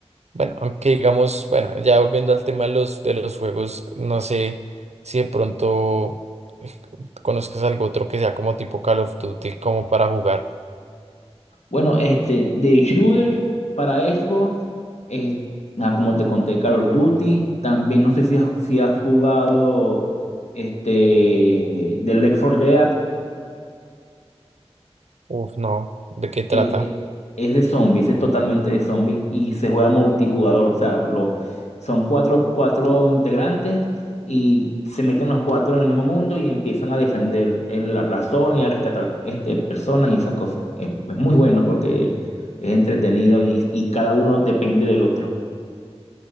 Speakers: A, on the right; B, on the left.
A: Bueno, aunque digamos, bueno, ya volviendo al tema de los, de los juegos, no sé si de pronto eh, conozcas algo otro que sea como tipo Call of Duty, como para jugar.
B: Bueno, este, de shooter para Xbox, eh, nada, como te conté, Call of Duty. También no sé si has, si has jugado este, The Left 4 Dead.
A: Uf, no, ¿de qué trata?
B: Es, eh, es- de zombies, es totalmente de zombies y se juega multijugador. O sea, lo- son cuatro, cuatro integrantes y se meten los cuatro en el mismo mundo y empiezan a defender en la, la zona y a rescatar este, personas y esas cosas. Es, es muy bueno porque es entretenido y, y cada uno depende del otro.